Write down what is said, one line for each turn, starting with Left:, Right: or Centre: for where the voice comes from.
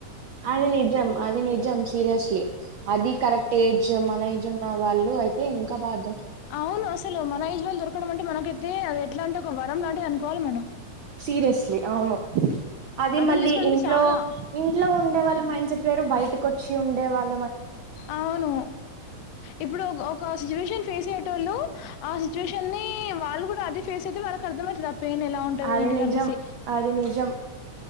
Right: అది నిజం. అది నిజం సీరియస్లీ. అది కరెక్ట్ ఏ జ్ మన ఏజ్ ఉన్న వాళ్ళు అయితే ఇంకా బా అర్ధ
Left: అవును అసలు. మన ఏజ్ వాళ్ళు దొరకడం అంటే మనకైతే అది ఎట్లా అంటే ఒక వ రం లాంటిది అనుకోవాలి మనం.
Right: సీరియస్లీ అవును అది
Left: అర్థం
Right: మళ్ళీ
Left: చేసుకోవడం అంటే
Right: ఇంట్లో,
Left: చాలా
Right: ఇంట్లో ఉండే వాళ్ళ మైండ్సెట్ వేరు, బయటకు వచ్చి ఉండే వాళ్
Left: అవును, ఇప్పుడు ఒక ఒక సిచ్యువేషన్ ఫేస్ అయ్యేటోల్లు ఆ సి సిచువేషన్ని వాళ్ళు కూడా అదే ఫేస్ అయితే వాళ్ళకి అర్థమయితద పెయిన్ ఎలా ఉంటది
Right: అది
Left: ఏంటిదనేసి.
Right: నిజం అది నిజం